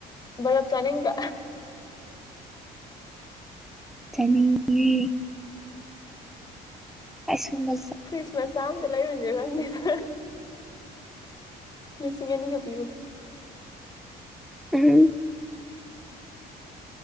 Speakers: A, on the left; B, in the centre.
A: ꯕꯔꯞ ꯆꯅꯤꯡꯗ꯭ꯔꯣ
B: ꯆꯅꯤꯡ ꯌꯦ ꯑꯩꯁꯨ ꯃꯖꯦ
A: ꯐ꯭ꯔꯤꯖ ꯃꯆꯥ ꯑꯃꯗ ꯂꯩꯔꯨꯁꯦ ꯈꯪꯗꯦꯗ ꯂꯤꯁꯤꯡ ꯑꯅꯤꯒ ꯄꯤꯕꯅꯦ
B: ꯎꯝ